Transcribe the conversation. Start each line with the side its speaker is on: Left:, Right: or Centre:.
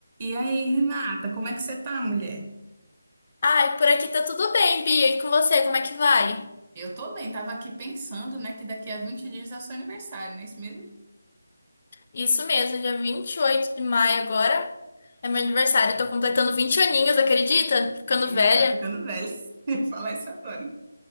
Right: E aí, Renata, como é que você tá, mulher?
Left: Ai, por aqui tá tudo bem, Bia. E com você, como é que vai?
Right: Eu tô bem, tava aqui pensando, né, que daqui a 20 dias é o seu aniversário, não é isso mesmo?
Left: Isso mesmo, dia 28 de maio agora é meu aniversário. Tô completando 20 aninhos, acredita? Ficando
Right: Eita,
Left: velha.
Right: tá ficando velha. <laughs> Falar isso agora.